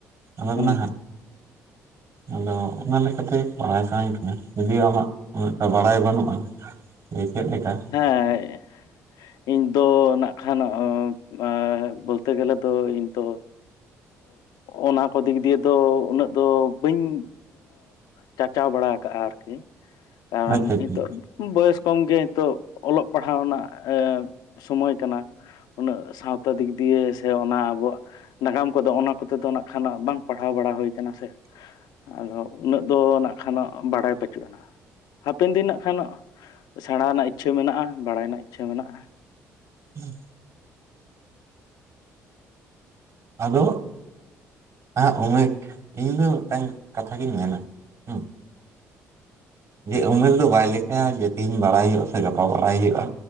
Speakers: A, on the right; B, on the left.
A: ᱚᱱᱟ
B: ᱦᱮᱸ
A: ᱫᱚ ᱱᱟᱦᱟᱜ ᱟᱫᱚ ᱚᱱᱟ ᱞᱮᱠᱟ ᱛᱮ ᱵᱟᱲᱟᱭ ᱥᱟᱱᱟᱧ ᱠᱟᱱᱟ ᱡᱩᱫᱤᱣ ᱟᱢᱟᱜ, ᱩᱱᱟᱹᱜᱴᱟ ᱵᱟᱲᱟᱭ ᱵᱟᱹᱱᱩᱜᱼᱟ, ᱡᱮ ᱪᱮᱫ ᱞᱮᱠᱟ
B: ᱦᱮᱸᱻ, ᱤᱧ ᱫᱚ ᱱᱟᱜ ᱠᱷᱟᱱ ᱮᱸ ᱵᱳᱞᱛᱮ ᱜᱮᱞᱮ ᱫᱚ ᱤᱧ ᱫᱚ ᱚᱱᱟ ᱠᱚ ᱫᱤᱠ ᱫᱤᱭᱮ ᱫᱚ ᱩᱱᱟᱹᱜ ᱫᱚ ᱵᱟᱹᱧ ᱪᱟᱨᱪᱟᱣ ᱵᱟᱲᱟ ᱠᱟᱜᱼᱟ ᱟᱨᱠᱤ ᱠᱟᱨᱚᱱ
A: ᱟᱪᱪᱷᱟ ᱟᱪᱪᱷᱟ
B: ᱱᱤᱛᱳᱜ ᱵᱚᱭᱚᱥ ᱠᱚᱢ ᱜᱮ ᱛᱚ ᱚᱞᱚᱜ ᱯᱟᱲᱦᱟᱣ ᱨᱮᱱᱟᱜ ᱥᱚᱢᱚᱭ ᱠᱟᱱᱟ ᱾ ᱩᱱᱟᱹᱜ ᱥᱟᱶᱛᱟ ᱫᱤᱠ ᱫᱤᱭᱮ ᱥᱮ ᱚᱱᱟ ᱟᱵᱚᱣᱟᱜ ᱾ ᱱᱟᱜᱟᱢ ᱠᱚ ᱫᱚ ᱚᱱᱟ ᱠᱚ ᱛᱮ ᱫᱚ ᱱᱟᱜ ᱠᱷᱟᱱ ᱵᱟᱝ ᱯᱟᱲᱦᱟᱣ ᱵᱟᱲᱟ ᱦᱳᱭ ᱠᱟᱱᱟ ᱥᱮ ᱾ ᱟᱫᱚ ᱩᱱᱟᱹᱜ ᱫᱚ ᱱᱟᱜ ᱠᱷᱟᱱᱚᱜ ᱵᱟᱲᱟᱭ ᱯᱟᱹᱪᱩᱜᱼᱟ ᱦᱟᱯᱮᱱ ᱫᱤᱱ ᱱᱟᱜ ᱠᱷᱟᱱᱚᱜ ᱥᱮᱬᱟ ᱨᱮᱱᱟᱜ ᱤᱪᱪᱷᱟᱹ ᱢᱮᱱᱟᱜᱼᱟ, ᱵᱟᱲᱟᱭ ᱨᱮᱱᱟᱜ ᱤᱪᱪᱷᱟᱹ ᱢᱮᱱᱟᱜᱼᱟ ᱾
A: ᱦᱩᱸ, ᱟᱫᱚ ᱟ ᱚᱭᱮᱠ ᱤᱧ ᱫᱚ ᱢᱤᱫᱴᱟᱝ ᱠᱟᱛᱷᱟᱜᱤᱧ ᱢᱮᱱᱟ ᱦᱮᱸ ᱡᱮ ᱩᱢᱮᱨ ᱫᱚ ᱵᱟᱭ ᱞᱮᱠᱷᱟᱭᱟ ᱡᱮ ᱛᱮᱦᱤᱧ ᱵᱟᱲᱟᱭ ᱦᱩᱭᱩᱜ-ᱟ ᱥᱮ ᱜᱟᱯᱟ ᱵᱟᱲᱟᱭ ᱦᱩᱭᱩᱜ-ᱟ